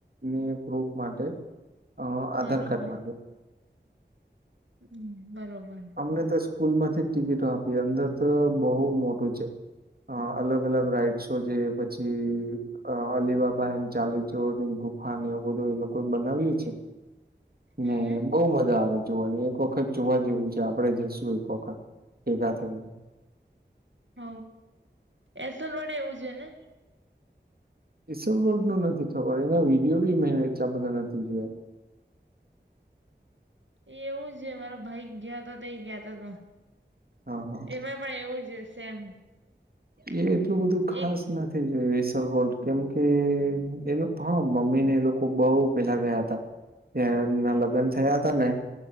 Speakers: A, on the right (about 55°); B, on the right (about 85°).
A: ની પ્રૂફ માટે અ આધાર
B: બરોબર
A: કાર્ડ માંગે
B: હમ્મ બરોબર.
A: અમને તો સ્કૂલ માંથી ટિકિટો આપી અંદર તો બહુ મોટું છે. અ અલગ અલગ રાઈડસો જે પછી અ અલીબબા એને ચાલીચોરની ગુફા એવું બધું એ લોકો બનાવી છે.
B: હમ
A: હને બઉ મજા આવે જોવાની એક વખત જોવા જેવું છે. આપડે જઈશું એક વખત ભેગા થઈને.
B: હ એસલ વડે એવું છે ને.
A: ઈસ વોલ ન નથી ખબર એના વિડીયો બી મેં એટલા બધા નથી જોયા.
B: એ એવું છે મારો ભાઈ ગયો હતો તો એ ગયાતો હતો
A: હા હા
B: એમાંય પણ એવું છે. સેમ.
A: એ એટલું બધું ખાસ
B: એક
A: નથી. યો કેમકે એ હા મમ્મી ને એ લોકો બહ પેલા ગયા હતા. ત્યારે એમના લગ્ન થયા હતા ને.